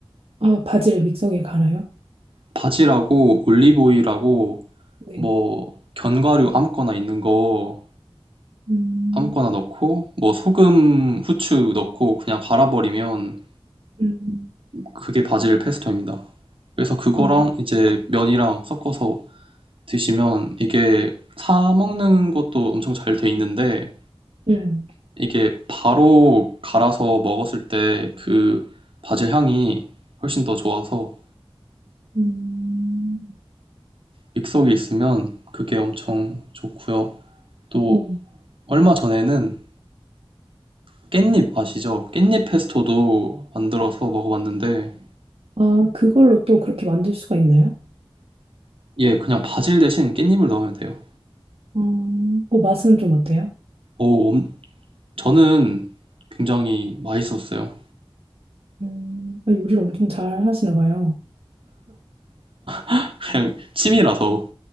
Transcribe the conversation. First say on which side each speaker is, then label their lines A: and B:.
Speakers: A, on the right (about 75°); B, on the right (about 60°).
A: 아, 바질 믹서기에 갈아요?
B: 바질하고 올리브오일하고
A: 네.
B: 뭐 견과류 아무거나 있는 거
A: 음,
B: 아무거나 넣고 뭐 소금, 후추 넣고 그냥 갈아버리면
A: 음,
B: 그게 바질 페스토입니다. 그래서 그거랑
A: 아.
B: 이제 면이랑 섞어서 드시면 이게 사 먹는 것도 엄청 잘 돼 있는데
A: 음.
B: 이게 바로 갈아서 먹었을 때 그 바질 향이 훨씬 더 좋아서
A: 음,
B: 믹서기에 있으면 그게 엄청 좋고요. 또
A: 음.
B: 얼마 전에는 깻잎 아시죠? 깻잎 페스토도 만들어서 먹어봤는데,
A: 아, 그걸로 또 그렇게 만들 수가 있나요?
B: 예, 그냥 바질 대신 깻잎을 넣으면 돼요.
A: 아, 어, 맛은 좀 어때요?
B: 오, 엄- 저는 굉장히 맛있었어요.
A: 음, 아, 요리를 엄청 잘 하시나 봐요.
B: <laughs> 그냥 취미라서.